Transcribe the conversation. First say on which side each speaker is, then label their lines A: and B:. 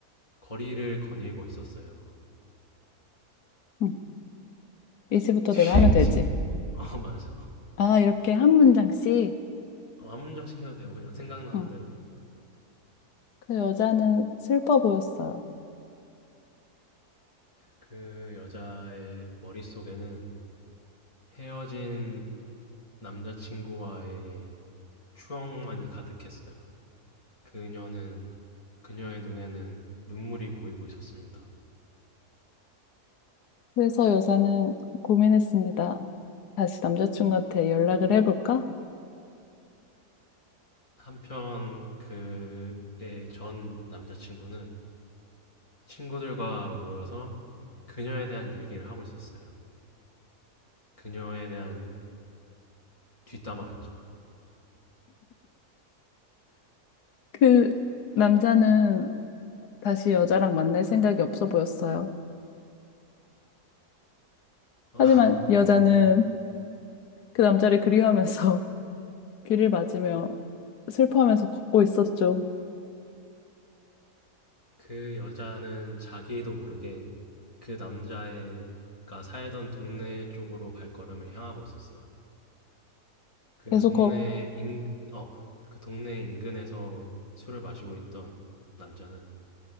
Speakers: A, on the left; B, on the left.
A: 거리를 거닐고 있었어요.
B: 응. 이제부터
A: 뒤- 뒤에,
B: 내가 하면 되지.
A: 뒤- 어, 맞아.
B: 아, 이렇게 한 문장씩.
A: 어, 한 문장씩 해도 되고 그냥 생각나는
B: 응.
A: 대로.
B: 그 여자는 슬퍼 보였어요.
A: 그 여자의 머릿속에는 헤어진 남자친구와의 추억만이 가득했어요. 그녀는 그녀의 눈에는 눈물이 고이고 있었습니다.
B: 그래서 여자는 고민했습니다. 다시 남자친구한테 연락을 해볼까?
A: 한편 그의 전 남자친구는 친구들과 모여서 그녀에 대한 얘기를 하고 있었어요. 그녀에 대한 뒷담화였죠.
B: 그 남자는 다시 여자랑 만날 생각이 없어 보였어요.
A: <laughs>
B: 하지만 여자는
A: 그러면
B: 그 남자를 그리워하면서 <laughs> 귀를 맞으며 슬퍼하면서 걷고 있었죠.
A: 그 여자는 자기도 모르게 그 남자애가 살던 동네 쪽으로 발걸음을 향하고 있었어요. 그
B: 계속
A: 동네
B: 거,
A: 인, 어, 그 동네 인근에서 술을 마시고 있던 남자는